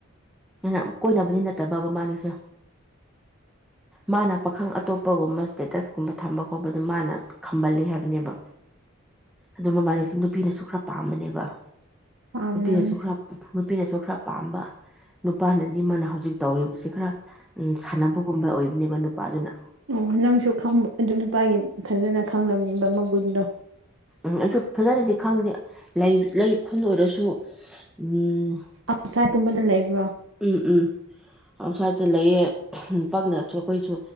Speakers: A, in the centre; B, on the right.
A: ꯅꯥꯍ ꯀꯣꯏꯅꯕꯗꯤ ꯅꯠꯇꯕ ꯃꯕꯦꯅꯤꯁꯦ
B: <inaudible>
A: ꯃꯥꯅ ꯄꯥꯈꯪ ꯑꯇꯣꯞꯄꯒꯨꯝꯕ ꯏꯁꯇꯦꯇꯁꯀꯨꯝꯕ ꯊꯝꯕ ꯈꯣꯠꯄꯗ ꯃꯥꯅ ꯈꯝꯕꯜꯂꯦ ꯍꯥꯏꯕꯅꯦꯕ
B: <inaudible>
A: ꯑꯗꯨ ꯃꯃꯥꯟꯅꯁꯨ ꯅꯨꯄꯤꯅꯁꯨ ꯈꯔ ꯄꯥꯝꯕꯅꯦꯕ
B: ꯄꯥꯝꯂꯝꯅꯤ
A: ꯅꯨꯄꯤꯅꯁꯨ ꯈꯔ ꯅꯨꯄꯤꯅꯁꯨ ꯈꯔ ꯄꯥꯝꯕ ꯅꯨꯄꯥꯅꯅꯤ ꯃꯥꯅ ꯍꯧꯖꯤꯛ ꯇꯧꯔꯤꯕꯁꯤ ꯈꯔ ꯎꯝ ꯁꯥꯟꯅꯕꯒꯨꯝꯕ ꯑꯣꯏꯕꯅꯦꯕ ꯅꯨꯄꯥꯗꯨꯅ
B: ꯑꯣ ꯅꯪꯁꯨ ꯈꯪꯕ ꯑꯗꯨ ꯅꯨꯄꯥꯒꯤ ꯐꯖꯅ ꯈꯪꯂꯝꯅꯤꯕ ꯃꯒꯨꯟꯗꯣ
A: ꯎꯝ ꯑꯩꯁꯨ ꯐꯖꯅꯗꯤ ꯈꯪꯗꯦ ꯂꯩ ꯂꯩ ꯈꯨꯟ ꯑꯣꯏꯔꯁꯨ ꯎꯝ
B: ꯑꯥꯎꯠꯁꯥꯏꯠ ꯀꯨꯝꯕꯗ ꯂꯩꯕ꯭ꯔꯣ
A: ꯎꯝ ꯎꯝ ꯑꯥꯎꯠꯁꯥꯏꯠꯇ ꯂꯩꯌꯦ ꯍꯨꯝ ꯄꯛꯅꯁꯨ ꯑꯩꯈꯣꯏꯁꯨ